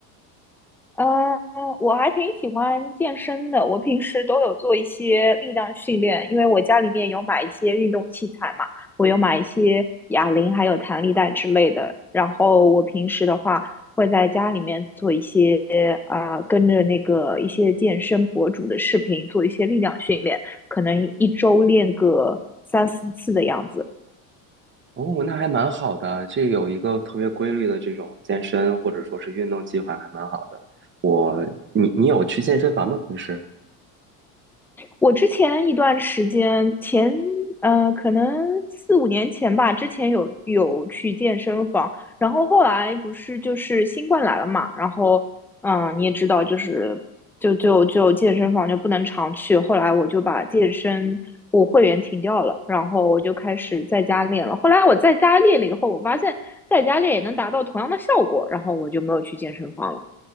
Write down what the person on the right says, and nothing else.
哦，那还蛮好的，这有一个特别规律的这种健身或者说是运动计划，还蛮好的。我，你你有去健身房吗？平时？